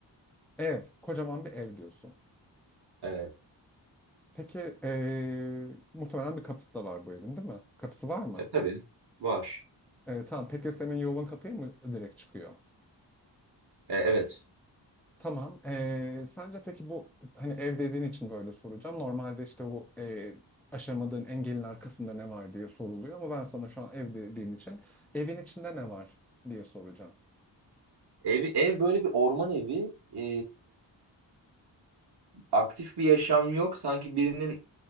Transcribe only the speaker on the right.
Evet.
E tabii var.
E, evet.
Ev, ev böyle bir orman evi. E, aktif bir yaşam yok. Sanki birinin